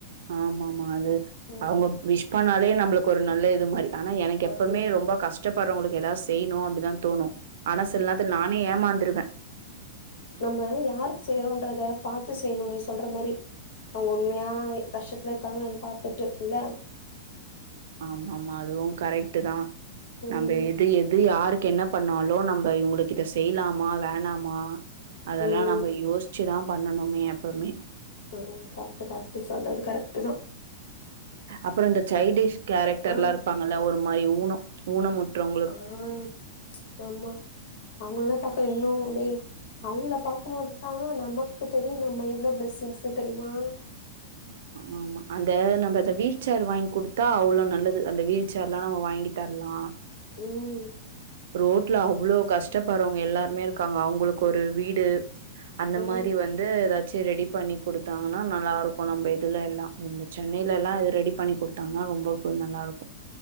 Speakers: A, on the right; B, on the left.
A: ஆமா ஆமா அது
B: ம்.
A: அவ்ங்க விஷ் பண்ணாலே நம்மளுக்கு ஒரு நல்ல இது மாரி ஆனா எனக்கு எப்பமே
B: ஆமா.
A: ரொம்ப கஷ்டப்படுறவங்களுக்கு ஏதாது செய்ணு அப்டிதா தோணு ஆனா சில நேர்த்துல நா னே ஏமாந்துருவ
B: நம்ம யாருக்கு செய்யறோன்றத பாத்து செய்ணு‌நீ சொல்ற மாரி அவங்க உண்மையா கஷ்டத்துல இருக்காங்களான் பாத்துட்டு இல்ல
A: ஆமா ஆமா அதுவு கரெக்ட் தா
B: ம்.
A: நம்ப எது எது யாருக்கு என்னப் பண்ணாலு நம்ம இவுங்களுக்கு இத செய்யலாமா வேணாமா அதெல்லா
B: ம்.
A: நம்ம யோஸ்ச்சி தா பண்ணணுமே எப்பமே
B: ஆ கரெக்ட் கரெக்ட் சொல்றது கரெக்ட்டு தா
A: அப்புறோ இந்த சைடிஷ் கேரக்டர்
B: ஆ,
A: ல்லாம் இருப்பாங்கல்ல ஒரு மாதிரி ஊனம் ஊன முற்றவங்க
B: ஆஹ் ஆமா அவங்கல்லா‌ பக்க இன்னு அப்டே அவ்ங்கள பாக்கும்போதுதா நமக்கு தெரியும் நம்ம எவ்ளோ பிளஸ்ஸிங்ஸ்ன்னு தெரிமா
A: ஆமா ஆமா அந்த நம்ம அத வீல்ச்சேறு வாங்கி குடுத்தா அவ்ளோ நல்லது அந்த வீல்ச்சேறு ல்லா நம்ம வாங்கி தர்லா
B: ம்.
A: ரோட்ல அவ்ளோ கஷ்ட் கஷ்டப்படுறவங்க எல்லாருமே இருக்காங்க அவ்ங்களுக்கு ஒரு வீடு அந்த
B: ம்.
A: மாரி வந்து எதா ச்சி ரெடி பண்ணி குடுத்தாங்கன்னா நல்லா இருக்கு நம்ப இதுல எல்லா இந்த சென்னைலல்லா இது ரெடி பண்ணி குடுத்தாங்கன்னா ரொம்ப நல்லா இருக்கு